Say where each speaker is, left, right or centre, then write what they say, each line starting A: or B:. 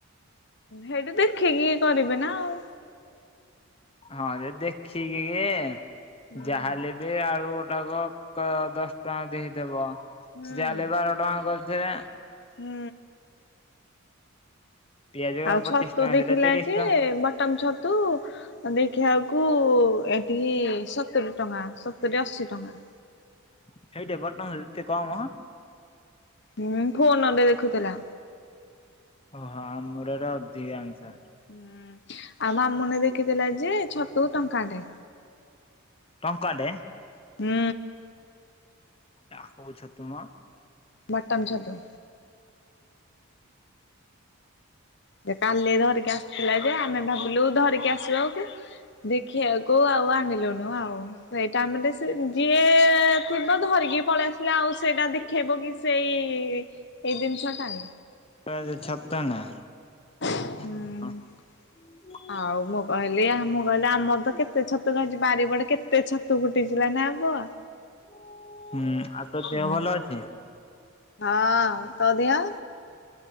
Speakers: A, on the left; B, on the left.
A: ସେଇଠୁ ଦେଖିକି କରିବେ ନା ଆଉ।
B: ହଁ ଯେ ଦେଖିକି କି
A: ହୁଁ।
B: ଯାହେଲେ ବି ଆଳୁ ଗୋଟାକ। କ ଦଶ ଟଙ୍କା ଦେଇ ଥୀବ
A: ହୁଁ
B: ଜାହା ବାର ଟଙ୍କା କରିଥିବେ।
A: ହୁଁ।
B: ପିଆଜ
A: ଆଉ
B: ପଚିଶ
A: ଛତୁ
B: ଟଙ୍କା
A: ଦେଖିଲା
B: ଦେଲେ ତିରିଶ
A: ଯେ
B: ଟଙ୍କା।
A: ବଟମ ଛତୁ। ଦେଖିଲାକୁ ଏଠି ସତୁରି ଟଙ୍କା ସତୁରି ଅଶୀ ଟଙ୍କା।
B: <unintelligible> ଏତେ କମ
A: ହୁଁ ଫୋନରେ ଦେଖୁଥିଲା।
B: ଓହୋ ଆମର ଇଆଡ଼େ ଅଧିକା <unintelligible>
A: ହୁଁ ଆଉ ମାମୁନି ଦେଖିଥିଲା ଯେ ଛତୁ ଟଙ୍କାଟେ।
B: ଟଙ୍କାଟେ?
A: ହୁଁ।
B: <unintelligible> କୋଉ ଛତୁ ମ
A: ବଟମ୍ ଛତୁ। ସେ କାଲି ଧରିକି ଆସିଥିଲା ଯେ ଆମେ ଭାବିଲୁ ଧରିକି ଆସିବ ଆଉ <unintelligible> ଦେଖିବା କୁ ଆଉ ଆଣିଲୁନୁ ଆଉ। ସେଇଟା ଆମେ ଯିଏ ଥିବ ଧରିକି ପଳେଇ ଆସିଲେ ଆଉ ସେଇଟା ଦେଖେଇବ କି। ସେଇ ଜିନିଷଟାରେ।
B: <unintelligible>
A: ହୁଁ।
B: ହଁ। <unintelligible>
A: ଆଉ ମୁଁ କହିଲି ଆମ ଆମ କହିଲି ଆମର ତ କେତେ ଛତୁ ଖାଇଛି ବାରିପଟେ କେତେ ଛତୁ ଫୁଟିଥିଲା ନା ପୁଅ।
B: ହୁଁ ଆଉ ତୋ
A: ହୁଁ
B: ଦେହ ଭଲ ଅଛି?
A: ହଁ ତୋ ଦେହ?